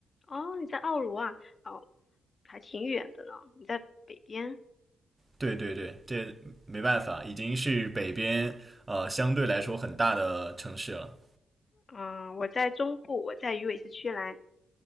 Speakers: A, on the left; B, on the right.
A: 哦，你在奥卢啊？哦，还挺远的呢。你在北边？
B: 对对对，这没办法，已经是北边呃相对来说很大的城市了。
A: 嗯，我在中部，我在鱼尾市区来。